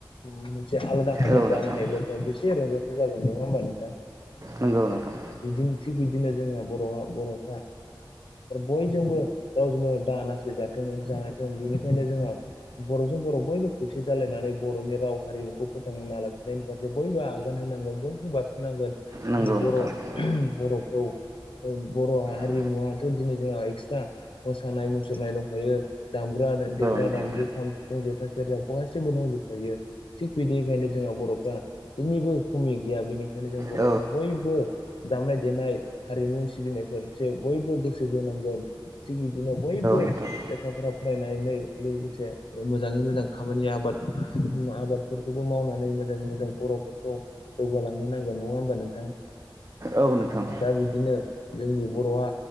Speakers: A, on the left (about 90°); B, on the right (about 40°).
A: मोनसे आलादा हादर
B: औ
A: जानो
B: नोंथां
A: हायोब्ला जोंहा बेसे रंजाथाव जागोन नङा होमबा नोंथां।
B: नंगौ नोंथां
A: बिदिनो थिग बिदिनो जोंना बर बरफ्रा। बयजोंबो रावजोंबो दा नासयजाथों जा। जों बेनिखायनो जोंङो बरजों बर बयबो खौसे जालायनानै बरनि राव हारिमुखौ फोथांना लाखि। जायनि फारसे बयबो आगान होनांगोन बयबो बारसोमनांगोन
B: नंगौ
A: जोंनि बर
B: नोंथां
A: बरखौ। बर हारिमुवाथ
B: औ
A: दिनै जोंहा एक्सट्रा मोसानाय मुसुरनाय दंखायो। दामग्रा देग्रा
B: नोंथां
A: दामजु खाम सिफुं जथा सेरजा गासिबो दंजोबखायो थिग बिनिखायनो जोंहा बरफ्रा जेनिबो खमि गैया बेनिखायनो जों बरफ्रा
B: औ नोंथां औ
A: बयबो दामनाय देनाय हारिमु सिबिनायफोरसो बयबो गोसो होनोनांगोन थिग बिदिनो बयबो
B: नोंथां
A: लेखाफ्राव फरायनानै लोगोसे मोजांङै मोजां खामानि आबाद आबादफोरखौबो मावनानै मोजांङै मोजां बरफोरखौ जौगालांनो नांगोन नङा होमबा नोंथां
B: औ नोंथां
A: दा बिदिनो जोंनि बरआ